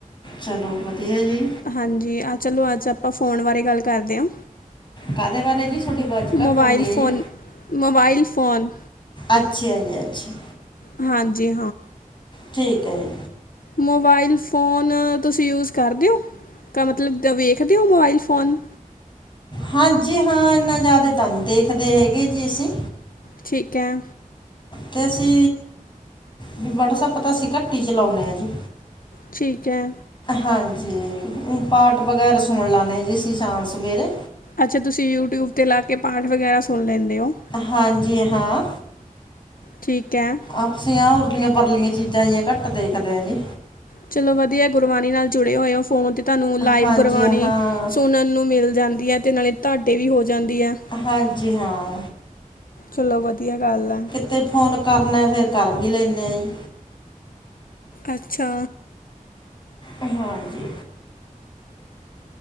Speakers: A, on the left; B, on the left.
A: ਚਲੋ ਵਧੀਆ ਜੀ।
B: ਹਾਂਜੀ, ਆਹ ਚਲੋ ਅੱਜ ਆਪਾਂ ਫੋਨ ਬਾਰੇ ਗੱਲ ਕਰਦੇ ਆਂ।
A: ਕਾਹਦੇ ਬਾਰੇ ਜੀ? ਤੁਹਾਡੀ ਆਵਾਜ਼ ਘੱਟ
B: ਮੋਬਾਈਲ
A: ਆਉਂਦੀ ਹੈ
B: ਫੋਨ,
A: ਜੀ
B: ਮੋਬਾਈਲ ਫੋਨ।
A: ਅੱਛਾ ਜੀ, ਅੱਛਾ।
B: ਹਾਂਜੀ।
A: ਠੀਕ ਹੈ ਜੀ।
B: ਮੋਬਾਇਲ ਫੋਨ ਤੁਸੀਂ ਯੂਜ਼ ਕਰਦੇ ਹੋਂ? ਕ ਮਤਲਬ ਵੇਖਦੇ ਹੋ ਮੋਬਾਇਲ ਫੋਨ?
A: ਹਾਂਜੀ, ਹਾਂ, ਇੰਨਾ ਜ਼ਿਆਦੇ ਤਾਂ ਨਹੀਂ ਦੇਖਦੇ ਹੈਗੇ ਜੀ, ਅਸੀਂ।
B: ਠੀਕ ਐ।
A: ਤੇ ਅਸੀਂ ਵੀ, ਵੌਟਸਅਪ ਤਾਂ ਅਸੀਂ ਘੱਟ ਹੀ ਚਲਾਉਂਨੇ ਆਂ ਜੀ।
B: ਠੀਕ ਹੈ।
A: ਹਾਂਜੀ। ਉਂ ਪਾਠ ਵਗੈਰਾ ਸੁਣ ਲਾਨੇ ਹਾਂ ਜੀ, ਅਸੀਂ ਸ਼ਾਮ-ਸਵੇਰੇ।
B: ਅੱਛਾ, ਤੁਸੀਂ ਯੂਟਿਊਬ 'ਤੇ ਲਾਕੇ ਪਾਠ ਵਗੈਰਾ ਸੁਣ ਲੈਂਨੇ ਓ?
A: ਹਾਂਜੀ, ਹਾਂ।
B: ਠੀਕ ਹੈ।
A: ਆਪਸੀਆਂ, ਉਰਲੀਆਂ-ਪਰਲੀਆਂ ਚੀਜ਼ਾਂ ਜੀਆਂ ਘੱਟ ਦੇਖਦੇ ਆਂ, ਜੀ।
B: ਚਲੋ ਵਧੀਆ, ਗੁਰਬਾਣੀ ਨਾਲ ਜੁੜੇ ਹੋਏ ਹੋ ਫੋਨ ਤੇ ਤੁਹਾਨੂੰ ਲਾਈਵ
A: ਹਾਂਜੀ
B: ਗੁਰਬਾਣੀ
A: ਹਾਂ
B: ਸੁਣਨ ਨੂੰ ਮਿਲ ਜਾਂਦੀ ਐ, ਤੇ ਨਾਲੇ ਤਹਾਡੇ ਵੀ ਹੋ ਜਾਂਦੀ ਐ।
A: ਹਾਂਜੀ-ਹਾਂ।
B: ਚਲੋ, ਵਧੀਆ ਗੱਲ ਆ।
A: ਤੇ ਫੋਨ ਕਰਨਾ, ਫਿਰ ਕਰ ਵੀ ਲੈਂਨੇ ਆ, ਜੀ।
B: ਅੱਛਾ।
A: ਹਾਂਜੀ‌।